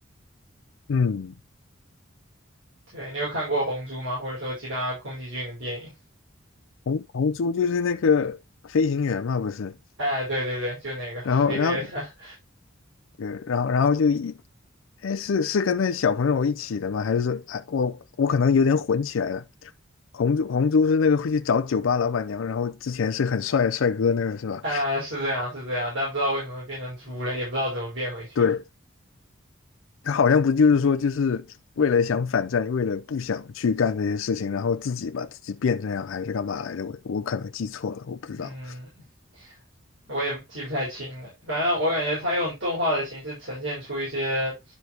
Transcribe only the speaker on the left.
嗯，
红猪就是那个飞行员嘛，不是？
然后，然后，
对，然后，然后就一，哎，是是跟那小朋友一起的吗？还是说，哎，我我可能有点混起来了。红猪红猪是那个会去找酒吧老板娘，然后之前是很帅的帅哥那个是吧？
对，他好像不就是说，就是为了想反战，为了不想去干这些事情，然后自己把自己变这样，还是干嘛来着？我我可能记错了，我不知道。